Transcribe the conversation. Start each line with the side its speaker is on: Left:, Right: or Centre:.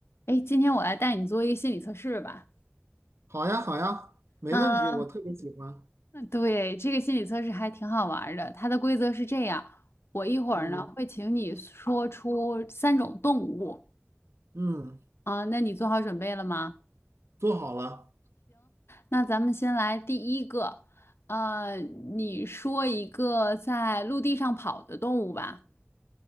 Left: 哎，今天我来带你做一个心理测试吧。
Right: 好呀，好呀，没问题，
Left: 嗯，
Right: 我特别喜欢。
Left: 对，这个心理测试还挺好玩儿的。它的规则是这样：我一会儿呢会请你说出三种动物
Right: 嗯嗯，
Left: 啊，那你做好准备了吗？
Right: 做好了。
Left: 那咱们先来第一个，呃，你说一个在陆地上跑的动物吧，